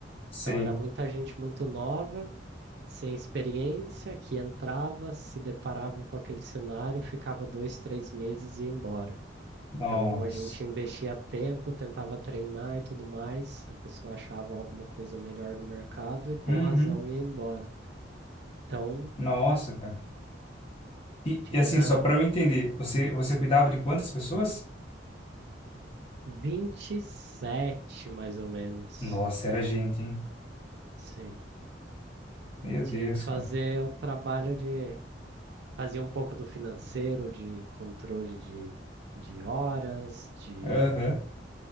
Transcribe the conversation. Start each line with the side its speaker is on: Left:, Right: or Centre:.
Left: Sei.
Right: Então, era muita gente muito nova, sem experiência, que entrava, se deparava com aquele cenário, ficava dois, três meses e ia embora.
Left: Nossa.
Right: Então, a gente investia tempo, tentava treinar e tudo mais. A pessoa achava alguma coisa melhor no mercado e, com
Left: Uhum.
Right: razão, ia embora. Então,
Left: Nossa, cara. E,
Right: tinha
Left: e assim, só pra eu entender, você, você cuidava de quantas pessoas?
Right: 27, mais ou menos.
Left: Nossa, era gente, hein?
Right: Sim.
Left: Meu
Right: E tinha
Left: Deus,
Right: que fazer
Left: cara.
Right: o trabalho de fazer um pouco do financeiro, de controle de, de horas, de
Left: Aham.